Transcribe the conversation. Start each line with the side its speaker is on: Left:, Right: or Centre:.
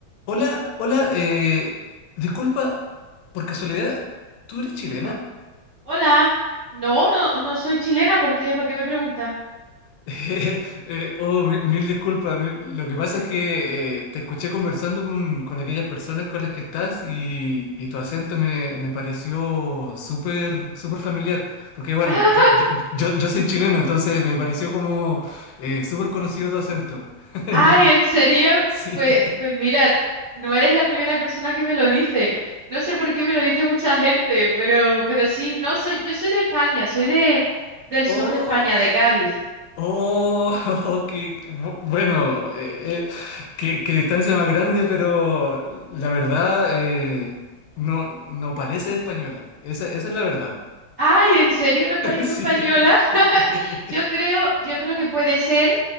Left: Hola, hola, eh, disculpa, por casualidad, ¿tú eres chilena?
Right: O- hola. No, no, no soy chilena. ¿Por qué? ¿Por qué me pregunta?
Left: <laughs> Eh, oh, mi- mil, disculpas, mil- lo que pasa es que eh, te escuché conversando con, con aquellas personas con las que estás y, y tu acento me, me pareció súper, súper familiar, porque bueno,
Right: <laughs>
Left: yo, yo, yo, yo soy chileno, entonces me pareció como eh, súper conocido tu acento. <laughs>
Right: Ay,
Left: Di-
Right: ¿en serio?
Left: Sí.
Right: Pues, pues mira, no eres la primera persona que me lo dice. No sé por qué me lo dice mucha gente, pero, pero sí, no, soy, yo soy de España, soy de, del
Left: Oh.
Right: sur de España, de Cádiz.
Left: Oh, <laughs> oh, que bu- bueno, eh, eh, qué, qué distancia más grande, pero la verdad eh, no, no parece española. Esa, esa es la verdad.
Right: Ay, ¿en serio no parezco
Left: <laughs> Sí,
Right: española? <laughs>
Left: sí.
Right: Yo creo, yo creo que puede ser